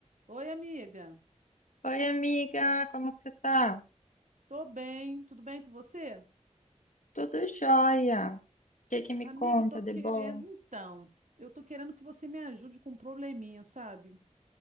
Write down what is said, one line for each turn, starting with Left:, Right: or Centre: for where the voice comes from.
Right: Oi, amiga.
Left: Oi, amiga, como que você tá?
Right: Tô bem, tudo bem com você?
Left: Tudo jóia. O que que me
Right: Amiga,
Left: conta
Right: eu tô
Left: de
Right: querendo.
Left: bom?
Right: Então, eu tô querendo que você me ajude com um probleminha, sabe?